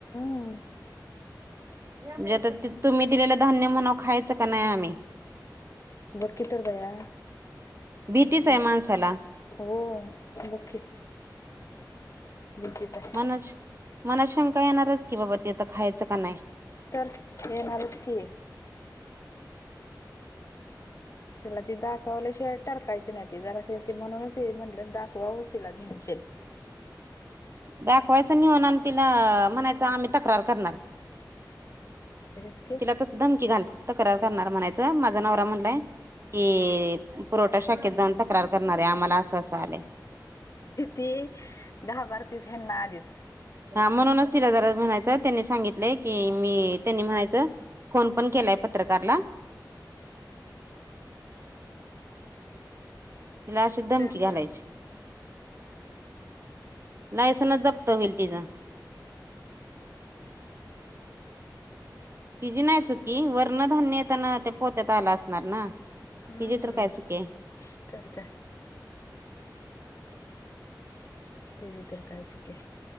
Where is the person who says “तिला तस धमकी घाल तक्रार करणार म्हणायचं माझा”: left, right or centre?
Right